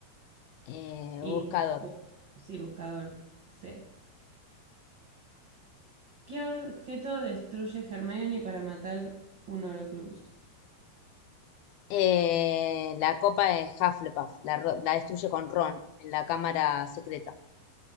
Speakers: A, on the left (about 80°); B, on the right (about 70°).
A: eh,
B: Y,
A: buscador.
B: bu- sí, buscador. Sí. ¿Qué objeto destruye Hermione para matar un Horcrux?
A: Eh, la copa de Hufflepuff. La, ro- la destruye con Ron en la cámara secreta.